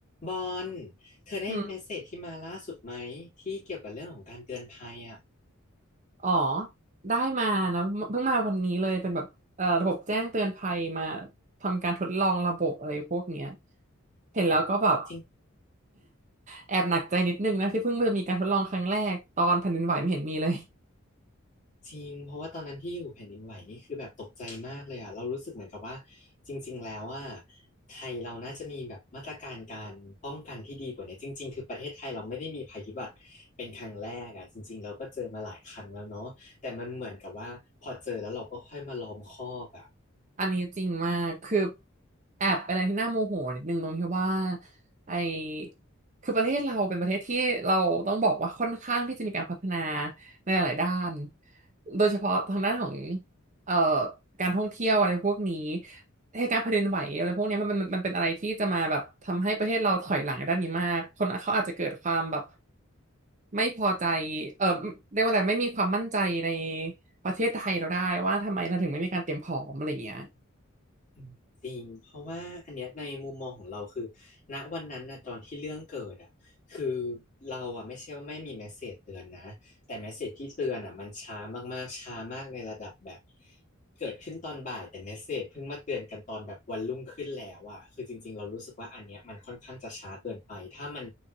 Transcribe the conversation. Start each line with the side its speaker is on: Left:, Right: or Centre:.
Left: บอลเธอได้เมสเสจที่มาล่าสุดไหมที่เกี่ยวกับเรื่องของการเตือนภัยอ่ะ
Right: อืมอ๋อได้มานะเพิ่งมาวันนี้เลยเป็นแบบเอ่อระบบแจ้งเตือนภัยมาทำการทดลองระบบอะไรพวกเนี้ยเห็นแล้วก็แบบ
Left: อืมจริง
Right: แอบหนักใจนิดนึงนะที่เพิ่งจะมีการทดลองครั้งแรกตอนแผ่นดินไหวไม่เห็นมีเลย
Left: จริงเพราะว่าตอนนั้นที่อยู่แผ่นดินไหวนี่คือแบบตกใจมากเลยอ่ะเรารู้สึกเหมือนกับว่าจริงๆแล้วว่าไทยเราน่าจะมีแบบมาตรการการป้องกันที่ดีกว่านี้จริงๆคือประเทศไทยเราไม่ได้มีภัยพิบัติเป็นครั้งแรกอ่ะจริงๆเราก็เจอมาหลายครั้งแล้วเนาะแต่มันเหมือนกับว่าพอเจอแล้วเราก็ค่อยมาล้อมคอกอ่ะ
Right: อันนี้จริงมากคือแอบเป็นอะไรที่น่าโมโหนิดนึงตรงที่ว่าไอคือประเทศเราเป็นประเทศที่เราต้องบอกว่าค่อนข้างที่จะมีการพัฒนาในหลายๆด้านโดยเฉพาะทางด้านของเอ่อการท่องเที่ยวอะไรพวกนี้ เหตุการณ์แผ่นดินไหวอะไรพวกเนี้ยมันเป็นมันเป็นอะไรที่จะมาแบบทำให้ประเทศเราถอยหลังในด้านนี้มากคนเขาอาจจะเกิดความแบบไม่พอใจเออเรียกว่าอะไรไม่มีความมั่นใจในประเทศไทยเราได้ว่าทำไมเราถึงไม่มีการเตรียมพร้อมอะไรเงี้ย
Left: อืมจริงเพราะว่าอันเนี้ยในมุมมองของเราคือณวันนั้นนะตอนที่เรื่องเกิดอ่ะคือเราอ่ะไม่ใช่ว่าไม่มีเมสเสจเตือนนะ แต่เมสเสจที่เตือนอ่ะมันช้ามากๆช้ามากในระดับแบบเกิดขึ้นตอนบ่ายแต่เมสเสจเพิ่งมาเตือนกันตอนแบบวันรุ่งขึ้นแล้วอ่ะคือจริงๆเรารู้สึกว่าอันเนี้ยมันค่อนข้างจะช้าเกินไปถ้ามัน